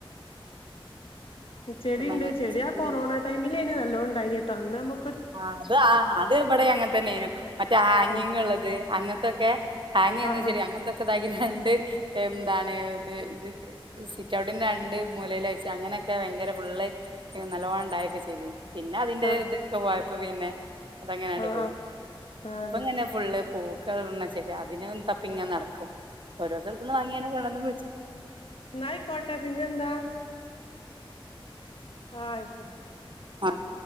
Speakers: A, on the left (about 75°); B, on the right (about 60°).
A: മ് ചെടിയുണ്ട്
B: ഭയങ്കര
A: ചെടിയാ
B: ചെടികള്
A: കൊറോണ ടൈമില്ന് നല്ലനൊണ്ടായിനിട്ടോ അന്ന് നമ
B: ആ അത് ആ അത് എവിടെ അങ്ങനെ തന്നൊയിനു മറ്റേ ആങ്ങിങ്
A: ആഹ്
B: ഉള്ളത് അങ്ങനത്തൊക്കെ ആങ്ങേന്നാ
A: ആഹ്
B: ശരി അങ്ങനത്തൊക്കൊതാഗിര് രണ്ട് എ മ് ന്താണ് എ ത് ഗ് സിറ്റൗട്ടിന് രണ്ട് മൂലേലയിച്ച് അങ്ങനെക്കെ ഭയങ്കര ന്റെ പുള്ളേ എ നല്ലോണം ഉണ്ടായെക്കെ ചെയ്തെനു പിന്നെ അതിന്റെത്
A: ആഹ്
B: അപ്പ പിന്നെ അതങ്ങനെയാണ്ട്
A: ആഹ്
B: പോയി
A: ആഹ് ആഹ് ആഹ്
B: ഇപ്പ
A: അതെ
B: ഇങ്ങനെ ഫുള്ള് പോ ക്ക്‌റെണ്ണാ ശെരി അതിനും തപ്പിങ്ങെനെ നടക്കും ഓരോ സ്ഥലത്തുന്ന് വാങ്ങിയന കൊണ്ട്ന്ന് വച്ചിട്ട്
A: ന്നയി കൊഴ്‌പ്പ പിന്നെന്താ ആ ആയിക്കോ
B: അതെ